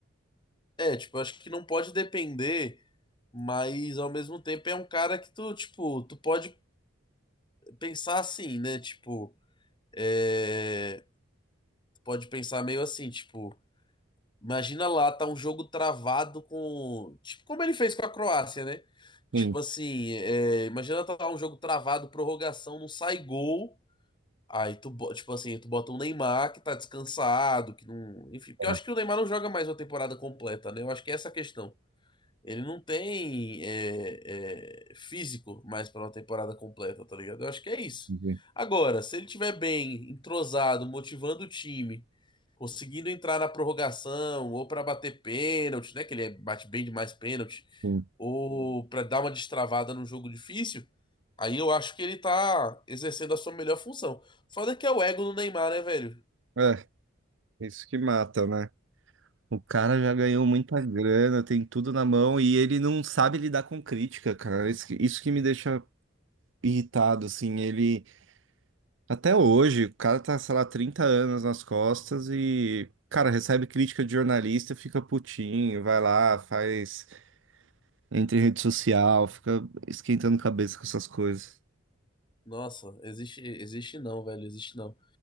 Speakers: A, on the left (about 25°); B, on the right (about 65°).
A: É, tipo, eu acho que não pode depender, mas ao mesmo tempo é um cara que tu, tipo, tu pode pensar assim, né? Tipo, é... tu pode pensar meio assim, tipo, imagina lá, tá um jogo travado com, tipo, como ele fez com a Croácia, né?
B: Sim,
A: Tipo assim, é, imagina tá um jogo travado, prorrogação, não sai gol. Aí tu, bo- tipo assim, tu bota um Neymar que tá descansado, que não. Enfim, porque
B: é,
A: eu acho que o Neymar não joga mais uma temporada completa, né? Eu acho que é essa a questão. Ele não tem é, é, físico mais pra uma temporada completa, tá ligado? Eu acho que é isso.
B: sim.
A: Agora, se ele tiver bem, entrosado, motivando o time conseguindo entrar na prorrogação ou para bater pênalti, né? Que ele é, bate bem demais pênalti,
B: sim.
A: ou para dar uma destravada num jogo difícil. Aí eu acho que ele tá exercendo a sua melhor função. Foda que é o ego do Neymar, né, velho?
B: É, isso que mata, né? O cara já ganhou muita grana, tem tudo na mão e ele não sabe lidar com crítica, cara. Isso que, isso que me deixa irritado, assim. Ele, até hoje, o cara tá, sei lá, 30 anos nas costas e, cara, recebe crítica de jornalista, fica putinho, vai lá, faz, entra em rede social, fica esquentando cabeça com essas coisas.
A: Nossa, existe, existe não, velho, existe não.